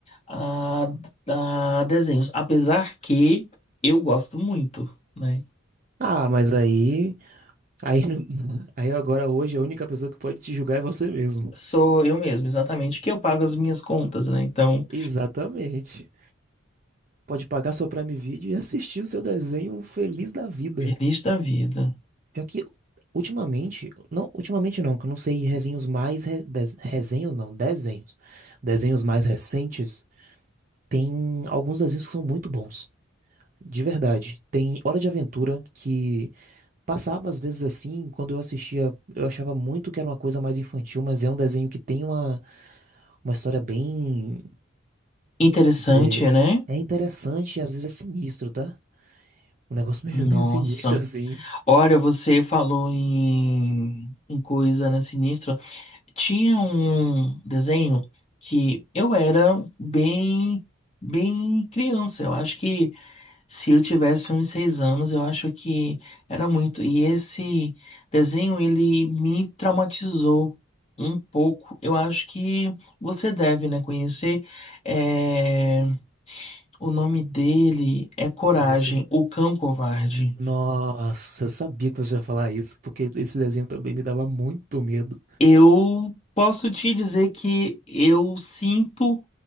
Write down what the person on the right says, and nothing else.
Ah, mas aí, aí, não- <laughs> aí agora hoje a única pessoa que pode te julgar é você mesmo.
Exatamente. Pode pagar sua Prime Video e assistir o seu desenho feliz da vida.
Pior que ultimamente, não, ultimamente não, que eu não sei resenhos mais re- des- resenhos não, desenhos. Desenhos mais recentes, tem alguns desenhos que são muito bons. De verdade. Tem Hora de Aventura que Passava às vezes assim, quando eu assistia, eu achava muito que era uma coisa mais infantil, mas é um desenho que tem uma, uma história bem,
vou dizer,
é interessante e às vezes é sinistro, tá? Um negócio <laughs> meio,
meio sinistro assim.
Se você.
Nossa, eu sabia que você ia falar isso, porque esse desenho também me dava muito medo.